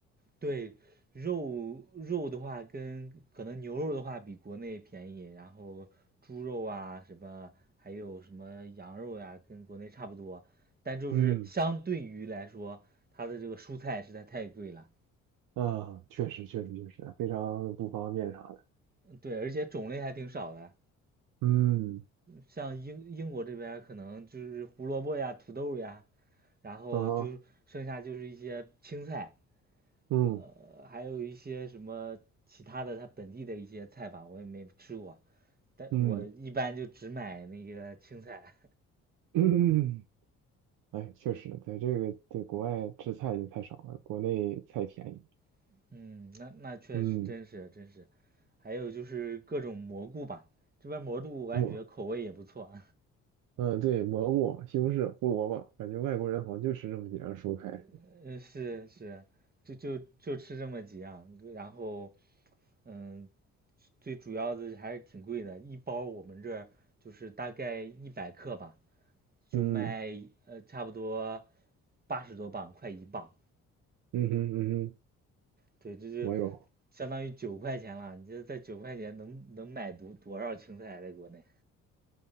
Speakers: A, on the right; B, on the right.
A: 对，肉肉的话跟可能牛肉的话比国内便宜，然后猪肉啊什么，还有什么羊肉呀、跟国内差不多，但就是相对于来说，
B: 嗯
A: 它的这个蔬菜实在太贵了。
B: 啊，确实确实确实，非常不方便啥的。
A: 嗯对，而且种类还挺少的，
B: 嗯
A: 像英英国这边儿可能就是胡萝卜呀、土豆呀，然后就剩下就是一些青菜，
B: 啊，嗯
A: 呃，还有一些什么其他的，它本地的一些菜吧，我也没吃过，但我一般就只买那个青菜。
B: 嗯嗯，<clears throat> 哎，确实，在这个在国外吃菜就太少了，国内菜便宜。
A: <laughs> 嗯，那那确实真是真是，
B: 嗯，
A: 还有就是各种蘑菇吧，这边蘑菇我感觉口味也不错。
B: 蘑，嗯，对，蘑菇、西红柿、胡萝卜，感觉外国人好像就吃这么几样蔬菜。
A: <laughs> 嗯，是是，就就就吃这么几样，然后嗯，最主要的还是挺贵的，一包我们这儿就是大概一百克吧，就卖呃差不多
B: 嗯
A: 八十多磅，快一磅。
B: 嗯哼嗯哼，
A: 对，这就
B: 我有。
A: 相当于九块钱了。你这在九块钱能能买多多少青菜啊？在国内，